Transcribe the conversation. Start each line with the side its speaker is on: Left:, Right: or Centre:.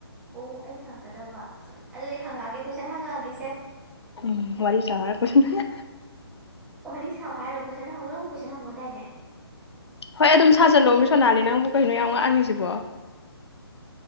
Centre: ꯑꯣ ꯑꯩꯅ ꯍꯪꯒꯗꯧꯕ ꯑꯗꯨꯗꯤ ꯍꯪꯉꯛꯑꯒꯦ ꯀꯣꯏꯁꯟ ꯍꯪꯉꯛꯑꯒꯦꯁꯦ
Left: ꯎꯝ ꯋꯥꯔꯤ ꯁꯥꯔ ꯀꯣꯏꯁꯟꯁꯤꯅ
Centre: ꯑꯣ ꯍꯧꯛ ꯁꯥꯎ ꯍꯥꯏꯔꯣ ꯀꯣꯏꯁꯟ ꯍꯪꯉꯨ ꯀꯣꯏꯟꯪꯉꯨꯗꯥꯏꯅꯦ
Left: ꯍꯣꯏ ꯑꯗꯨꯝ ꯁꯥꯖꯜꯂꯣꯃꯦ ꯃꯁꯣꯅꯥꯂꯤ ꯅꯪꯕꯨ ꯀꯩꯅꯣ ꯌꯥꯝ ꯉꯥꯡꯉꯤꯁꯤꯕꯣ